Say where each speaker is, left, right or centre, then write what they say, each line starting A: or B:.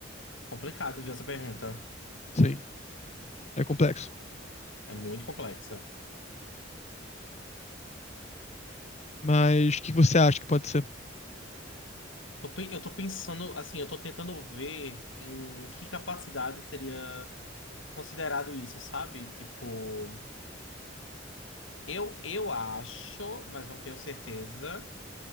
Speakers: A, on the left; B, on the left.
A: Complicado, viu, essa pergunta.
B: Sim, é complexo.
A: É muito complexa.
B: Mas o que você acha que pode ser?
A: Tô pe- Eu tô pensando, assim, eu tô tentando ver em que capacidade seria considerado isso, sabe? Tipo, eu, eu acho, mas não tenho certeza,